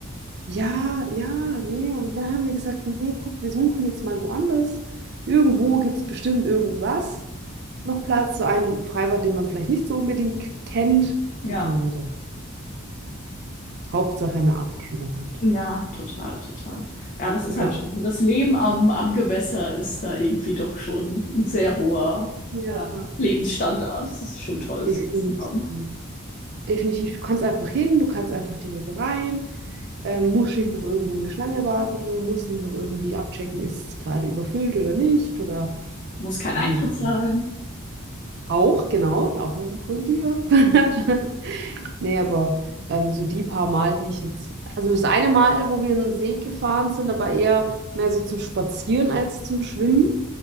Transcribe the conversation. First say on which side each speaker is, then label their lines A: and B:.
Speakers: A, on the right (about 55°); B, on the left (about 40°).
A: Ja, ja, nee, und dann haben wir gesagt, nee, guck, wir suchen jetzt mal woanders. Irgendwo gibt es bestimmt irgendwas noch Platz, so ein Freibad, den man vielleicht nicht so unbedingt kennt.
B: Ja,
A: Da gehen wir dann. Hauptsache eine Abkühlung halt.
B: ja, total, total. Ja, das ist
A: Ja.
B: halt schon, also das Leben am, am Gewässer ist da irgendwie doch schon ein sehr hoher
A: Ja,
B: äh, Lebensstandard. Das ist schon toll,
A: Definitiv.
B: so was zu haben.
A: Definitiv. Du kannst einfach hin, du kannst einfach direkt rein, ähm, musst nicht noch irgendwo eine Schlange warten, musst nicht noch irgendwie abchecken, ist es gerade überfüllt oder nicht oder
B: Muss kein
A: keine
B: Eintritt
A: Ahnung.
B: zahlen.
A: Auch, genau, auch ein positiver <laughs> Part. Nee, aber ähm, so die paar Mal, die ich jetzt. Also das eine Mal, wo wir in den See gefahren sind, aber eher mehr so zum Spazieren als zum Schwimmen.